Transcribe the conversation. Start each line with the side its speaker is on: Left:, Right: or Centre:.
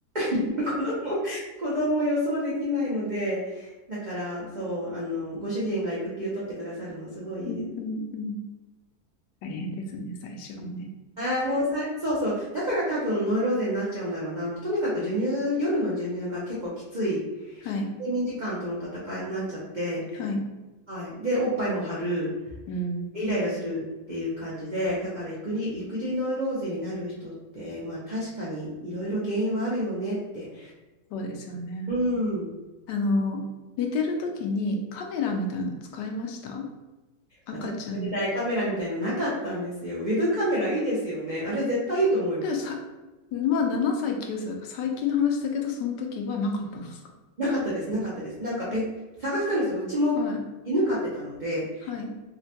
Right: <laughs> 子供、子供予想できないので、だからそう、あの、ご主人が育休取ってくださるのすごいいいです。
Left: うんうんうん。大変ですね、最初はね。
Right: ああ、もうさ、そうそう、だから多分ノイローゼになっちゃうんだろうな、まあ、とにかく授乳、夜の授乳が結構きつい、
Left: はい、
Right: 睡眠時間との戦いになっちゃって、
Left: はい。
Right: はい、で、おっぱいも張る。
Left: うん、
Right: イライラするっていう感じで、だから育児、育児ノイローゼになる人って、まあ確かにいろいろ原因はあるよねって。
Left: そうですよね。
Right: うん。
Left: あの、寝てる時にカメラみたいの使いました赤ちゃんの。
Right: 私の時代カメラみたいのなかったんですよ。ウェブカメラいいですよね。あれ絶対いいと思います。
Left: でさ、まあ7歳、9歳だから最近の話だけど、その時はなかったんですか
Right: なかったです、なかったです。なんかペ探したんですよ。うちも犬飼ってたので、
Left: はい、はい。